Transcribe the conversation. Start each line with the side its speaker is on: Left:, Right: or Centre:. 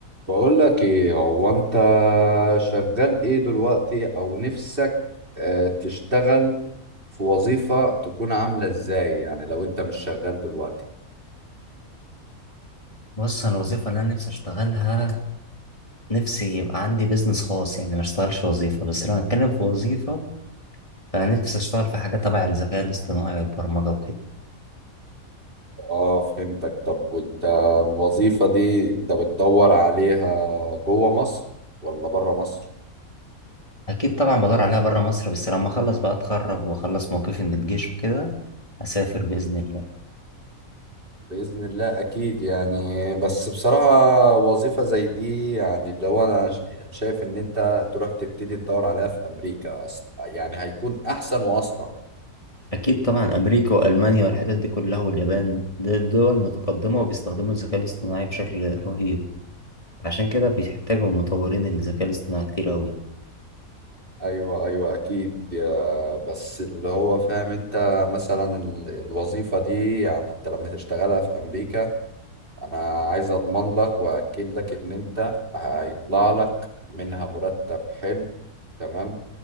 Right: بقول لك ايه هو انت شغال ايه دلوقتي او نفسك آه، تشتغل في وظيفة تكون عاملة ازاي يعني لو انت مش شغال دلوقتي
Left: بص انا الوظيفه اللي انا نفسي اشتغلها نفسي يبقى عندي بيزنس خاص يعني ما اشتغلش وظيفه بس لو هنتكلم في وظيفه فانا نفسي اشتغل في حاجه تبع الذكاء الاصطناعي والبرمجه وكده
Right: اه فهمتك طب وانت الوظيفة دي انت بتدور عليها جوه مصر ولا بره مصر
Left: اكيد طبعا بدور عليها بره مصر بس لما اخلص بقى اتخرج واخلص موقفي من الجيش وكده اسافر باذن الله
Right: بإذن الله أكيد يعني بس بصراحة وظيفة زي دي يعني لو أنا ش- يعني شايف إن أنت تروح تبتدي تدور عليها في أمريكا أصلا يعني هيكون أحسن وأسرع
Left: اكيد طبعا امريكا والمانيا والحتت دي كلها واليابان دي دول متقدمه وبيستخدموا الذكاء الاصطناعي بشكل رهيب عشان كده بيحتاجوا مطورين الذكاء الاصطناعي كتير قوي
Right: ايوه ايوه اكيد يا- بس اللي هو فاهم انت مثلا ال- الوظيفه دي يعني انت لما تشتغلها في امريكا انا عايز اضمن لك واكد لك ان انت هيطلع لك منها مرتب حلو تمام